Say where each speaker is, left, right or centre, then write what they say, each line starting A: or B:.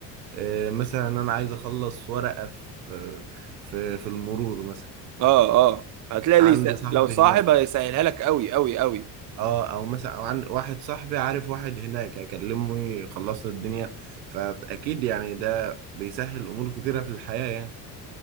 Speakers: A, on the right (about 80°); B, on the right (about 40°).
A: آه، مثلا أنا عايز أخلص ورقة في في في المرور مثلا
B: اه اه هتلاقي لي
A: عندي
B: س...
A: صاحبي
B: لو صاحب
A: هناك
B: هيسهلها لك قوي قوي قوي
A: اه او مثلا او عن واحد صاحبي عارف واحد هناك هكلمه يخلص لي الدنيا فاكيد يعني ده بيسهل امور كتيره في الحياه يعني